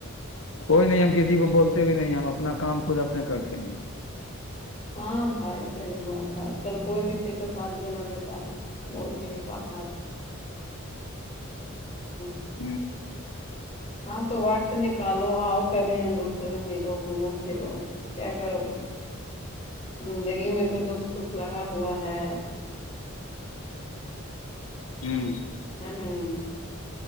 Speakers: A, on the left; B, on the left.
A: کوئی نہیں ہم کسی کو بولتے بھی نہیں ہم اپنا کام خود اپنے کرتے ہیں گ
B: ہاں بھائی صحیح بات ہے آج کل کوئی کسی کا ساتھ بھی نہ لیتا ہے بول کے بھی کام <inaudible>
A: <inaudible>
B: ہاں تو وقت نکالو آؤ کبھی ہم لوگ سب ملو گھومو پھرو کیا کرو گے زندگی میں تو دکھ سکھ لگ کیا ہوا ہے
A: ہوں <inaudible>
B: <inaudible>